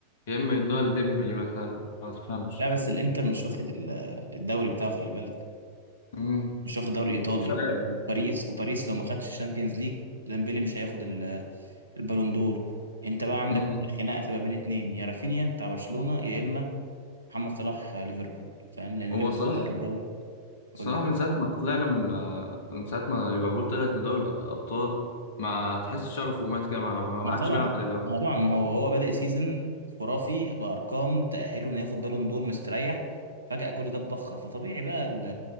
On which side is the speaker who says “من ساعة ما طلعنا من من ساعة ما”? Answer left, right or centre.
Left